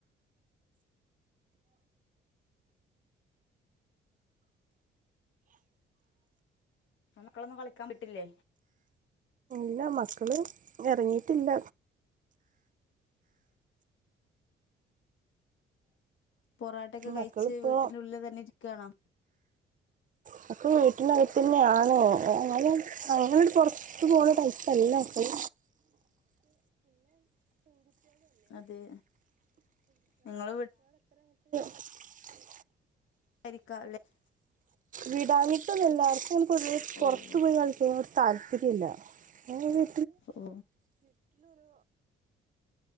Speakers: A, on the left; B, on the right.
A: മക്കളെ കളിക്കാൻ വിട്ടില്ലേ
B: ഇല്ല മക്കള് ഇറങ്ങിയിട്ടില്ല
A: പൊറാട്ട ഒക്കെ
B: മക്കളിപ്പോ
A: കഴിച്ച് വീട്ടിനുള്ളിൽ തന്നെ ഇരിക്കണാ
B: എനിക്ക് വീട്ടിനകത്തു തന്നെയാണോ <unintelligible> വിട്ട് പോന്ന ടൈപ്പ് അല്ല അത്
A: അതെ നിങ്ങൾ
B: <unintelligible>
A: എനിക്കാ <unintelligible>
B: വിടാഞ്ഞിട്ട് ഒന്നുല്ല പൊതുവെ പുറത്ത്
A: ഓ ഓ
B: പോയി പഠിക്കുന്നെന് താൽപ്പര്യം ഇല്ല <inaudible> ഇയ്യയ്യോ
A: ഓ